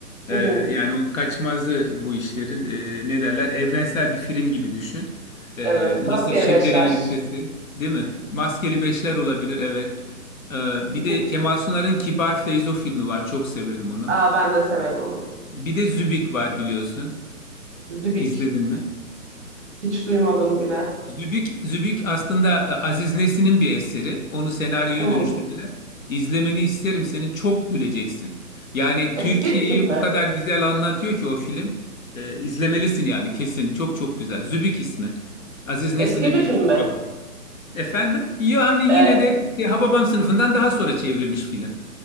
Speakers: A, on the left; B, on the right.
A: Ee,
B: Hı hı.
A: yani o kaçmazı bu işlerin e, ne derler evrensel bir film gibi düşün. Ee,
B: Evet.
A: nasıl
B: Maskeli
A: Şitlerin
B: Beşler.
A: Listesi değil mi? Maskeli Beşler olabilir evet. Ee,
B: <laughs>
A: bir de Kemal Sunar'ın Kibar Feyzo filmi var çok severim onu.
B: Aa, ben de severim onu.
A: Bir de Zübük var biliyorsun.
B: Zübük.
A: İzledin mi?
B: Hiç duymadım bile.
A: Zübük, Zübük aslında e, Aziz Nesin'in bir eseri. Onu senaryoya
B: Hı.
A: dönüştürdüler. İzlemeni isterim senin. Çok güleceksin. Yani
B: Eski
A: Türkiye'yi
B: bir film
A: o
B: mi?
A: kadar güzel anlatıyor ki o film. E, izlemelisin yani kesin. Çok çok güzel. Zübük ismi. Aziz Nesin'in
B: Eski bir
A: bir
B: film
A: kitabı.
B: mi?
A: Efendim? Yani
B: Ee,
A: yine de işte Hababam sınıfından daha sonra çevrilmiş film.